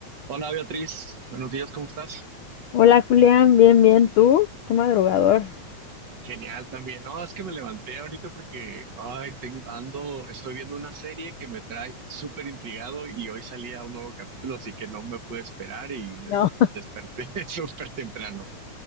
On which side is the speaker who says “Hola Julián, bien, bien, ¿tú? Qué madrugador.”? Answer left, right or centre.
Left